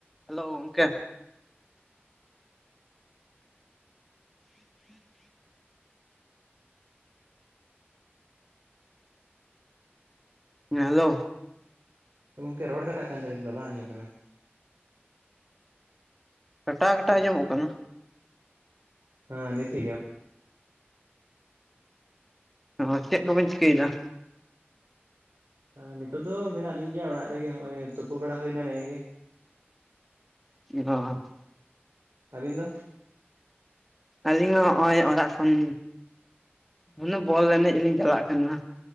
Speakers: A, in the centre; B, on the right.
A: Hello ᱜᱚᱝᱠᱮ᱾ <unintelligible> ᱦᱮᱸ hello.
B: ᱜᱚᱢᱠᱮ ᱨᱚᱲ ᱠᱟᱴᱟᱜ ᱠᱟᱱ ᱛᱟᱵᱤᱱ ᱫᱚ ᱵᱟᱝ ᱟᱸᱡᱚᱢᱚᱜ ᱠᱟᱱᱟ᱾
A: ᱠᱟᱴᱟ ᱠᱟᱴᱟ ᱟᱸᱡᱚᱢᱚᱜ ᱠᱟᱱᱟ᱾
B: ᱦᱚᱸ ᱱᱤᱛ ᱴᱷᱤᱠ ᱜᱮᱢᱟ
A: ᱚ ᱪᱮᱫ ᱠᱚᱵᱮᱱ ᱪᱤᱠᱟᱹᱭᱮᱫᱟ?
B: ᱱᱤᱛᱳᱜ ᱫᱚ ᱢᱮᱱᱟᱜ ᱞᱤᱧ ᱜᱮᱭᱟ ᱚᱲᱟᱜ ᱨᱮᱜᱮ ᱱᱚᱜ ᱚᱭ ᱛᱩᱯᱩ ᱵᱟᱲᱟ ᱦᱩᱭᱱᱟ ᱱᱮᱜ ᱮ ᱜᱮ।
A: ᱪᱤᱦᱟ। <inaudible>
B: ᱟᱵᱤᱱ ᱫᱚ?
A: ᱟᱹᱞᱤᱧ ᱦᱚᱸ ᱱᱚᱜᱼᱚᱭ ᱚᱲᱟᱜ ᱠᱷᱚᱱᱼᱼ ᱢᱟᱱᱮ ᱵᱚᱞ ᱮᱱᱮᱡ ᱞᱤᱧ ᱪᱟᱞᱟᱜ ᱠᱟᱱᱟ